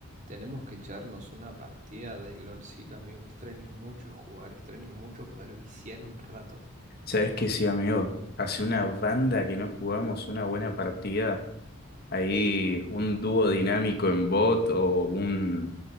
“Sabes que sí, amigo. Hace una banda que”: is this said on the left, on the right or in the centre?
Left